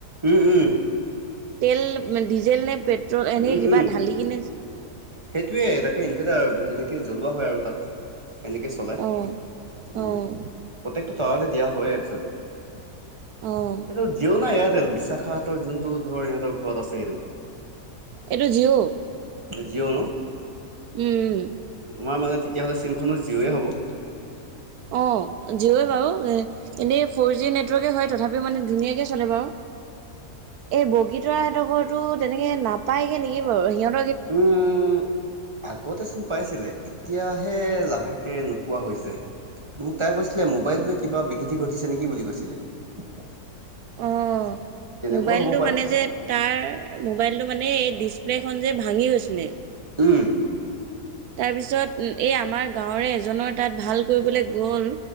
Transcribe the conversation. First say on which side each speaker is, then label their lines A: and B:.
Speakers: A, on the right (about 20°); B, on the right (about 70°).
A: উম উম
B: তেল ডিজেল নে পেট্ৰল এনে
A: উম,
B: কিবা
A: উম।
B: ঢালি কিনে
A: সেইটোয়ে তাকে ইনভাৰটাৰ হেৰি জ্বলোৱা হয় আৰু তাত সেনেকে চলাই
B: অ'। অ',
A: উম প্ৰ তাতে দিয়া হয় একচলি কিন্তু
B: অ',
A: যিও নে এয়াৰটেল <unintelligible> বিশাখতৰ যোনটো ধৰ সিহঁতৰ ঘৰত আছে সটো <unintelligible>
B: এইটো জিঅ <unintelligible>
A: জিঅ'ন <unintelligible>
B: উম উ
A: তোমাৰ মানে তেতিয়াহ'লে চিমখনো জিঅ'য় হ'ব
B: অ জিঅই বাৰু <unintelligible> এনেই ফ'ৰ জি নেটৱৰ্কে হয় তথাপি মানে ধুনীয়াকে চলে বাৰু এই বগীত <unintelligible> ৰা সহতৰ ঘৰতো তেনেকে নাপায়গে নেগি বাৰু সিহঁত <unintelligible>
A: উম আগতেচোন পাইছিলে এতিয়াহে লাহেকে নোপোৱা হৈ হৈছে মোক তাই কৈছিলে মোবাইলটোৱে কিবা বিঘৃতি ঘটিছে নেকি বুলি কৈছিলে <unintelligible>
B: অ
A: তেনেকুৱা
B: মোবাইলটো
A: হ'ব পাৰে
B: মানে যে তাৰ মোবাইলটো মানে এই ডিচ প্লেখন যে ভাঙি গৈছিলে
A: উম
B: তাৰপিছত এই আমাৰ গাঁৱৰে এজনৰ তাত ভাল কৰিবলৈ গ'ল